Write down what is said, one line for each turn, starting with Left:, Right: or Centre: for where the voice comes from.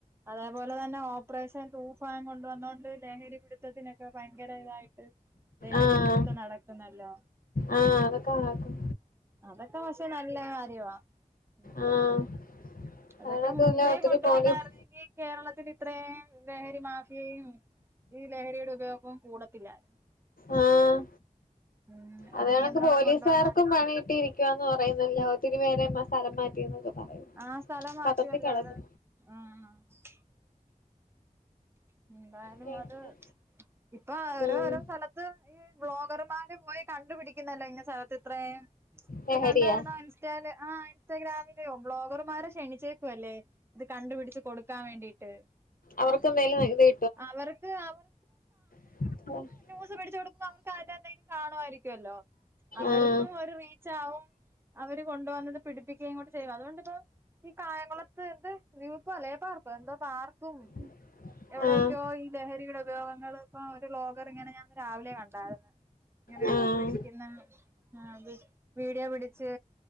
Right: അതേപോലെ തന്നെ ഓപ്പറേഷൻ തൂഫാ തൂഫാൻ കൊണ്ടു വന്നോണ്ട് ലഹരി പിടുത്തത്തിനൊക്കെ ഭയങ്കര ഇതായിട്ട് ലഹരിപിടുത്തം
Left: ആഹ്
Right: നടക്കു നടക്കുന്നല്ലോ
Left: ആഹ് അതൊക്കെ നടക്കും
Right: അതൊക്കെ പക്ഷെ നല്ല കാര്യവാ ഉം
Left: ആഹ്
Right: അതൊക്കെ
Left: അതൊണക്കല്ല
Right: മുമ്പേ
Left: ഒത്തിരി
Right: കൊണ്ട്
Left: പോലീസ്
Right: വന്നായിരുന്നെങ്കി കേരളത്തിലിത്രയും ലഹരി മാഫിയയും ഈ ലഹരിയുടെ ഉപയോഗവും കൂടത്തില്ലായിരുന്നു
Left: ആഹ്
Right: ഉം
Left: അത്
Right: ഒരു
Left: കണക്ക്
Right: നിയന്ത്രണം
Left: പോലീസുകാർക്കും
Right: കൊണ്ടുവന്ന
Left: പണി കിട്ടിയിരിക്ക ക്കാന്ന് പറയുന്നല്ലോ ഒത്തിരി പേരെ സ്ഥലം മാറ്റി എന്നൊക്കെ പറയുന്നു
Right: ആ സ്ഥലം മാറ്റുവല്ലോ
Left: പത്രത്തി കെടപ്പു
Right: അവര് ആഹ് ഉം എന്തായാലും
Left: പിന്നെ
Right: അത് ഇപ്പൊ അവര്
Left: ആഹ്
Right: ഓരോ സ്ഥലത്ത് ഈ ബ്ലോഗർമാര് പോയി കണ്ടുപിടിക്കുന്നല്ലോ ഇന് സ്ഥലത്ത് ഇത്രയും
Left: ലഹരിയാ
Right: അത് കണ്ടായിരുന്നോ? ഇൻസ്റ്റേല് ആ ഇൻസ്റ്റഗ്രാമിലെയോ ബ്ലോഗർമാരെ ക്ഷണിച്ചേക്കുവല്ലേ? ഇത് കണ്ടുപിടിച്ച് കൊടുക്കാൻ വേണ്ടിയിട്ട്
Left: അവർക്ക് എന്തേലും ഐഡി
Right: അവർക്ക് അവർ
Left: <inaudible>
Right: ന്യൂസ് പിടിച്ചു കൊടുക്കുമ്പം അവർക്ക് അതിന്റെ എന്തെങ്കിലും കാണുവായിരിക്കുവല്ലോ അവർക്കും
Left: ആഹ്
Right: ഒരു റീച്ചാവും അവര് കൊണ്ട് വന്ന് അത് പിടിപ്പിക്കുകയും ചെയ്യും അത് കൊണ്ടിപ്പോ ഈ കായംകുളത്ത് എന്ത് <unintelligible> പാർക്ക് എന്തോ പാർക്കും
Left: <inaudible>
Right: എവിടെയൊക്കെയോ
Left: ആഹ്
Right: ഈ ലഹരിയുടെ ഉപയോഗങ്ങള് ഇപ്പൊ ഒരു വ്ലോഗർ ഇങ്ങനെ ഞാനിന്ന് രാവിലെ കണ്ടായിരുന്നു ഇങ്ങനെ
Left: ആഹ്
Right: പിടിക്കുന്ന ആ വീഡിയോ പിടി പിടിച്ച്